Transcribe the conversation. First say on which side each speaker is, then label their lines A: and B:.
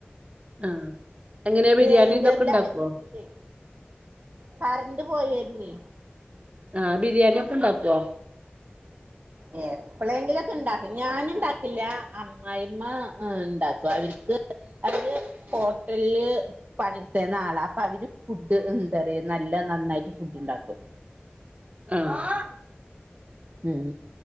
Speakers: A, on the right; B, on the right.
A: ആഹ് എങ്ങനെയാ ബിരിയാണിതൊക്കെ
B: ഗ്രൈൻഡറിൽ
A: ഇണ്ടാക്കുവോ
B: അരി ഇട്ടിട്ടേ കറണ്ട് പോയാരുന്നെ
A: ആഹ് ബിരിയാണിക്കെ ഇണ്ടാക്കോ
B: ഏഹ് എപ്പ്ളേങ്കിലൊക്കെ ഇണ്ടാക്ക ഞാനിണ്ടാക്കില്ല അമ്മായിമ്മ ഇണ്ടാക്കും അവര്ക്ക് അതില് ഹോട്ടല്ല് പണിയെട്ത്താന്നാളാ അപ്പ അവര് ഫുഡ് എന്താ റയ്യാ നല്ല നന്നായിട്ട് ഫുഡ് ഇണ്ടാക്കും.
A: ആഹ്
B: ഉം